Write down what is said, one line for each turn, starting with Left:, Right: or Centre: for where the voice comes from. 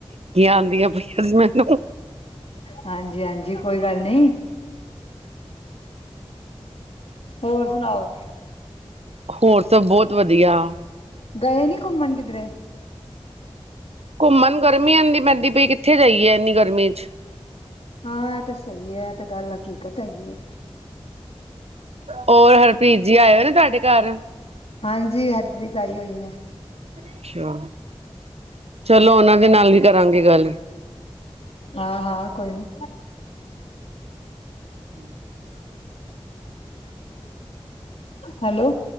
Right: ਆਂਦੀਆਂ ਪਈਆਂ ਸੀ। ਮੈਨੂੰ
Left: ਹਾਂਜੀ-ਹਾਂਜੀ, ਕੋਈ ਗੱਲ ਨੀ ਹੋਰ ਸੁਣਾਓ?
Right: ਹੋਰ ਸਭ ਬੋਤ ਵਧੀਆ।
Left: ਗਏ ਨੀ ਘੁੰਮਣ ਕਿਧਰੇ।
Right: ਘੁੰਮਣ ਗਰਮੀ ਐਨੀ ਪੈਂਦੀ ਪਈ, ਕਿੱਥੇ ਜਾਈਏ ਏਨੀ ਗਰਮੀ ਚ
Left: ਹਾਂ, ਏਹ ਤੇ ਸਹੀ ਹੈ, ਏਹ ਤੇ ਗੱਲ ਹਕੀਕਤ ਹੈਗੀ ਹੈ।
Right: ਹੋਰ, ਹਰਪ੍ਰੀਤ ਜੀ ਆਏ ਹੋਏ ਨੇ, ਤੁਹਾਡੇ ਘਰ?
Left: ਹਾਂਜੀ, ਹਰਪ੍ਰੀਤ ਆਈ ਹੋਈ ਹੈ।
Right: ਅੱਛਾ, ਚਲੋ ਓਨਾਂ ਦੇ ਨਾਲ ਵੀ ਕਰਾਂਗੇ। ਗੱਲ
Left: ਹਾਂ-ਹਾਂ, ਕੋਈ ਨੀ।
Right: ਹੂੰ।
Left: ਹੈਲੋ।